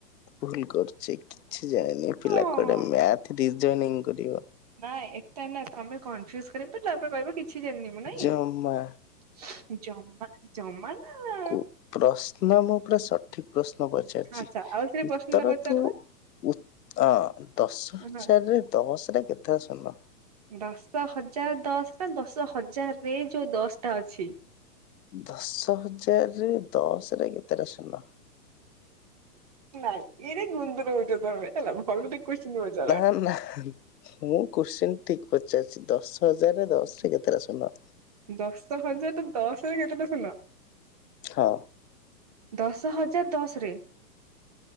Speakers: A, on the left; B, on the right.
A: ଭୁଲ କରୁଛି କିଛି ଜାଣିନି
B: ହଁ
A: ପିଲା କୁଆଡ଼େ ମ୍ୟାଥ ରିଜୋନିଙ୍ଗ କରିବ।
B: ନାଇଁ। ନା ନା ତମେ କନଫ୍ୟୁଜ କରିବତ ତାପରେ କହିବ ଟି କିଛି ଜାଣିନି ମୁୁ ନାଇଁ
A: ଜମା
B: ଜମା ଜମା ନା
A: କୁ ପ୍ରଶ୍ନ ମୁଁ ପୁରା ସଠିକ ପ୍ରଶ୍ନ ପଚାରିଛି
B: ଆଚ୍ଛା ଆଉ ଥରେ
A: ଉତ୍ତର
B: ପ୍ରଶ୍ନଟା ପଚାରିଲ
A: ତୁ ଉ ହ ଦଶ
B: ହଁ
A: ହଜାରରେ ଦଶରେ କେତେଟା ଶୁନ?
B: ଦଶ ହଜାର ଦଶ ନା ଦଶ ହଜାର ରେ ଯୋଉ ଦଶଟା ଅଛି?
A: ଦଶ ହଜାରରେ ଦଶରେ କେତେଟା ଶୂନ?
B: ନାଇଁ ଏରା ଗୁନ୍ଧରଉଚ ତମେ ହେଲା ଭଲରେ କୋଶଚୀନ ପଚାର।
A: <inaudible> ମୁଁ କୁଶ୍ଚିନ ଠିକ ପଚାରିଛି ଦଶ ହଜାରରେ ଦଶରେ କେତେଟା ଶୁନ?
B: ଦଶ ହଜାରରେ ଦଶରେ କେତେଟା ଶୁନ?
A: ହଁ।
B: ଦଶ ହଜାର ଦଶରେ